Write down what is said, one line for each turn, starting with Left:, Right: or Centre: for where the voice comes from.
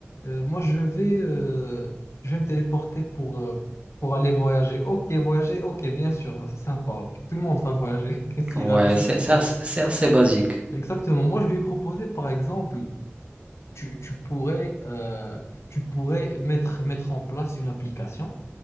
Left: euh, moi, je vais, euh, je vais me téléporter pour, euh, pour aller voyager. Ok, voyager, ok, bien sûr, c'est sympa. Ok, Tout le monde va voyager <laughs> s'il
Right: Ouais,
Left: avait ce
Right: c'est
Left: pouvoir.
Right: c'est assez, c'est assez basique.
Left: Exactement. Moi, je lui ai proposé, par exemple, tu, tu pourrais, euh, tu pourrais mettre, mettre en place une application